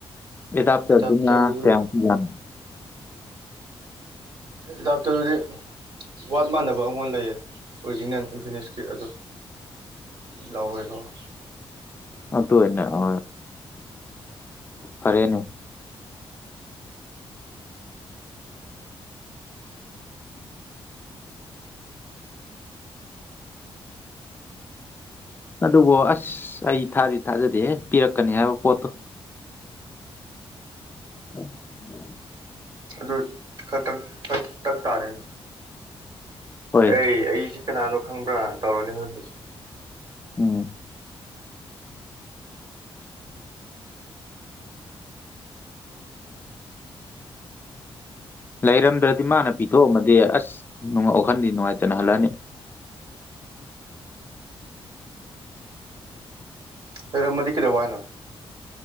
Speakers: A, on the left; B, on the right.
A: ꯏꯗꯞ
B: ꯑꯦꯗꯥꯞꯇꯔꯗꯨ
A: ꯆꯗ ꯀꯌꯥ ꯌꯥ
B: ꯗ ꯇꯔꯗꯤ ꯋꯥꯠ ꯃꯥꯟꯅꯕ ꯑꯩꯉꯣꯟ ꯂꯩꯌꯦ ꯑꯣꯔꯤꯖꯤꯅꯦꯜ ꯏꯝꯐꯤꯅꯤꯁꯀꯤ ꯑꯗꯨ ꯂꯧꯔꯦ ꯂꯧꯔꯣ
A: ꯑ ꯑꯗꯨꯟꯅ ꯑ ꯐꯔꯦꯅꯨ ꯑꯗꯨꯕꯨ ꯑꯁ ꯑꯩ ꯊꯥꯗꯤ ꯊꯥꯖꯗꯦ ꯄꯤꯔꯛꯀꯅꯤ ꯍꯥꯏꯕ ꯄꯣꯠꯇꯣ ꯎꯝ ꯎ
B: ꯑꯗꯨ ꯈꯛꯇꯛ ꯇꯛ ꯇꯥꯔꯦ
A: ꯍꯣꯏ
B: ꯑꯩ ꯑꯩꯁꯤ ꯀꯅꯥꯅꯣ ꯈꯪꯕ꯭ꯔꯥ ꯇꯧꯔꯅꯤ ꯍꯧꯗꯤ
A: ꯎꯝ ꯂꯩꯔꯝꯗ꯭ꯔꯗꯤ ꯃꯥꯅ ꯄꯤꯊꯣꯛꯑꯝꯃꯗꯤ ꯑꯁ ꯋꯥꯈꯟꯗꯤ ꯅꯨꯡꯉꯥꯏꯇꯅ ꯍꯜꯂꯛꯑꯅꯤ
B: ꯂꯩꯔꯝꯃꯗꯤ ꯀꯩꯗꯧ ꯍꯥꯏꯅꯣ